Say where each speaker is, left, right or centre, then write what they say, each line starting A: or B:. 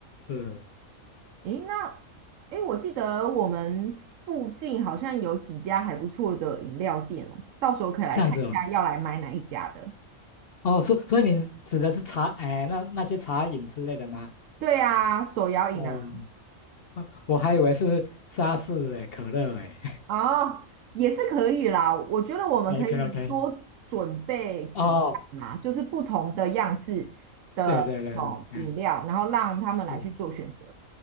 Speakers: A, on the left; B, on the right.
A: 是
B: 诶，那诶，我记得我们附近好像有几家还不错的饮料店哦，到时候可以来看一下要来买哪一家的。
A: 这样子哦。哦，所所以你指的是茶，哎，那那些茶饮之类的吗？
B: 对啊，手摇饮啊。
A: 哦，我我还以为是沙士哎，可乐哎。
B: 哦，也是可以啦。我觉得我们可以多准备几样啦，
A: <laughs> OK OK，哦，
B: 就是不同的样式的这种饮料，
A: 对对对对，哎。
B: 然后让他们来去做选择。
A: 是。